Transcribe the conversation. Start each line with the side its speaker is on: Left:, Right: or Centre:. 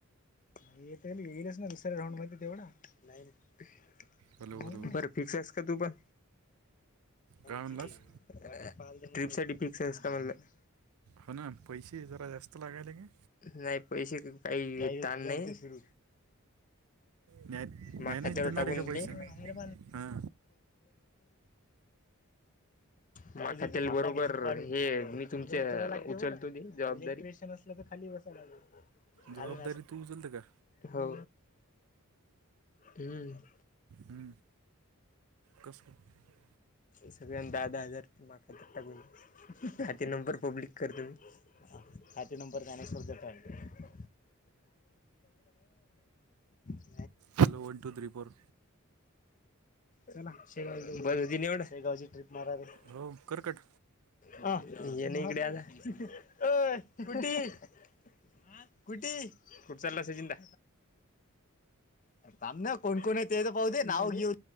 Left: येतय ना येईलच ना दुसऱ्या राऊंड मध्ये तेवढा नाही नाही.
Right: हॅलो हॅलो
Left: बरं फिक्स आहेस का तू पण
Right: काय म्हणलास
Left: ट्रिपसाठी फिक्स आहेस का म्हणलं?
Right: हो ना पैसे जरा जास्त लागायले का?
Left: नाही पैसे काही ताण नाही.
Right: ज्ञा
Left: महा
Right: ज्ञानेश
Left: खात्यावर
Right: देणार
Left: टाकून
Right: आहे का पैसे
Left: दे. कयेल
Right: हां
Left: माझ त्या बरोबर हे मी तुमच उचलतो दे. जबाबदारी इक्वेशन असलं तर खाली बसाय लागल. खाली
Right: जबाबदारी तू उचलते का
Left: हो हुं.
Right: हुं कसं काय?
Left: सगळ्यांनी दहा दहा हजार माझ्या खात्यात टाकून दया ते नंबर पब्लिक करतो मी खाते नंबर ज्ञानेश्वरचे दयायचे. <unintelligible>
Right: Hello one two three four.
Left: चला शेगाव ला जाऊन येऊ, बर ते निवड शेगावची ट्रिप मारे रे.
Right: हो कर कट
Left: हा ये न इकडे आता ये कुटी कुटी कुठं चालला सचिनदा? अरे थांब ना कोण कोण येतंय ते तर पाऊ दे नाव घेऊ.